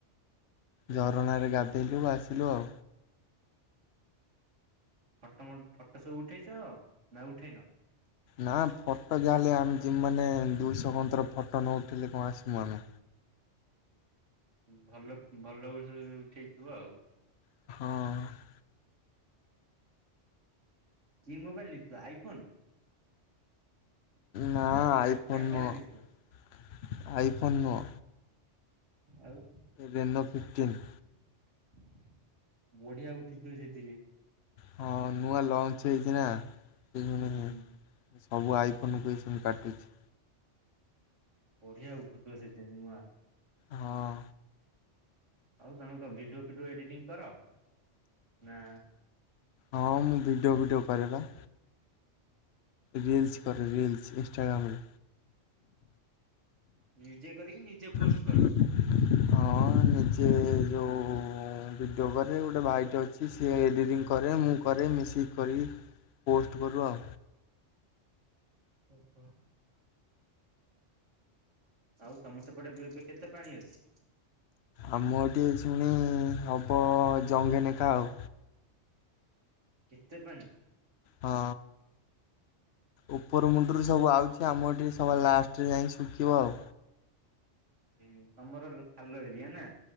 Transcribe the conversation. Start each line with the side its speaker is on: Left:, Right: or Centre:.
Left: ଝରଣାରେ ଗାଧେଇଲୁ ଆସିଲୁ ଆଉ।
Right: ଫଟୋ ମୋ ଫଟୋ ସବୁ ଉଠେଇଛ ନା ଉଠେଇନ?
Left: ନା ଫଟୋ ଯାହା ହେଲେ ଆମେ ଯେଉମାନେ ଦୁଇଶହଙ୍କନ୍ତର ଫଟୋ ନ ଉଠିଲେ କଣ ଆସିବୁ ଆମେ।
Right: ଭଲ ଭଲ ଉଠେଇଥିବ ଆଉ।
Left: ହଁ।
Right: କି ମୋବାଇଲ ନେଇଥିଲ? ଆଇଫୋନ୍।
Left: ନା ଆଇ
Right: କ୍ୟାମେରା
Left: ଫୋନ ନୁହଁ
Right: ନେଇଥିଲ
Left: ଆଇ ଫୋନ ନୁହଁ।
Right: ଆଉ।
Left: ରେନୁ ଫିଫ୍ଟନ୍।
Right: <unintelligible> ବଢିଆ ଉଠିିଥିବ ସେଥିରେ।
Left: ହଁ ନୂଆ ଲଞ୍ଚ ହେଇଚି ନା? <unintelligible>
Right: ହୁଁ
Left: ସବୁ ଆଇଫୋନକୁ ଏ ସେମ କାଟୁଛି।
Right: ବଢିଆ ଉଠୁଥିବ ସେଥିରେ ନୂଆ।
Left: ହଁ।
Right: ଆଉ ତମେ କଣ ଭିଡିଓ ଫିଡିଓ ଏଡିଟିଂ କର? ନା
Left: ହଁ ମୁଁ ଭିଡ଼ିଓ ଭିଡ଼ିଓ କରେ ବା। ରିଲ୍ସସି କରନି ଇଷ୍ଟାଗ୍ରାମରେ।
Right: ନିଜେ କରି ନିଜେ ପ୍
Left: ହ <unintelligible>
Right: <inaudible>
Left: ଆ ନିଜେ ଯୋଉ ଭିଡ଼ିଓ କରିକି ଗୋଟେ ଭାଇଟେ ଅଛି ସିଏ ଏଡ଼ିଟିଙ୍ଗ କରେ ମୁଁ କରେ ମିଶିକି କରିବି ପୋଷ୍ଟ କରୁ ଆଉ।
Right: ଓହୋ। ଆଉ ତମ ସେପଟେ ଏବେ ଏବେ କେତେ ପାଣି ଅଛି?
Left: ଆମର ଏଠି ଅଛି ମାନେ ହେବ ଜଂଘେ ନେଖା ଆଉ।
Right: କେତେ ପାଣି?
Left: ହଁ ଉପର ମୁଣ୍ଡରୁ ସବୁ ଆଉଛି ଆମର ଏଠି ସବା ଲାଷ୍ଟରେ ଯାଇକି ଶୁଖିବ ଆଉ।
Right: ହୁଁ ତମର ଖାଲ ଏରିଆ ନା।